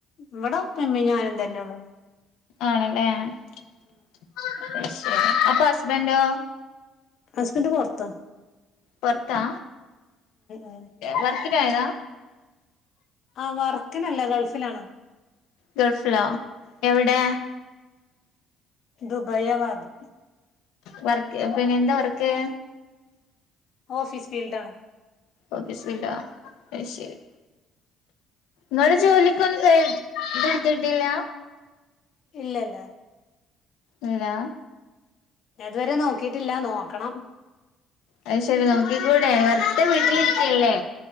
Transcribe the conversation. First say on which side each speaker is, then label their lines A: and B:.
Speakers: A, on the left; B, on the left.
A: ഇവിടെ ഇപ്പയും ഉമ്മയും ഞാനും തന്നെയ ഉള്ളു
B: ആണല്ലേ അയ് ശരി അപ്പൊ ഹസ്ബൻറോ
A: ഹസ്ബന്റ് പൊറത്ത
B: പോർത്താ
A: ഉം
B: വർക്ന് പോയതാ
A: ആ വർക്കിനല്ല ഗൾഫിലാണ്
B: ഗൾഫിലോ എവിടെ
A: ദുബൈയാ ബാത്ത്
B: വർക്ക് പിന്നെ എന്താ വർക്ക്
A: ഓഫിസ് ഫീൽഡ ആണ്
B: ഓഫീസ് ഫീൽഡ് അയ് ശരി നിങ്ങള് ജോലിക്കൊന്നും ഇത്ടുത്തിട്ടില്ല
A: ഇല്ല ഇല്ല
B: ഇല്ല
A: ഞാൻ ഇതുവരെ നോക്കിട്ടില്ല നോക്കണം
B: അത് ശരി നോക്കി കൂടെ വെറുതെ വീട്ടിലിരിക്കല്ലേ
A: ഉം